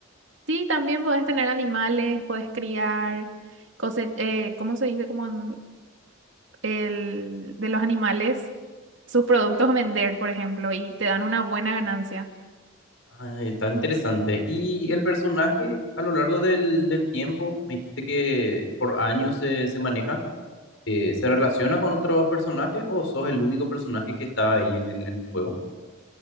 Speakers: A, on the right; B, on the left.
A: Sí, también podés tener animales, podés criar, cose- eh, ¿cómo se dice? Como en el, de los animales, sus productos vender, por ejemplo, y te dan una buena ganancia.
B: Ah, está interesante. Y el personaje a lo largo del, del tiempo, me dijiste que por años se, se maneja, eh, ¿se relaciona con otros personajes o sos el único personaje que está ahí en el, en el juego?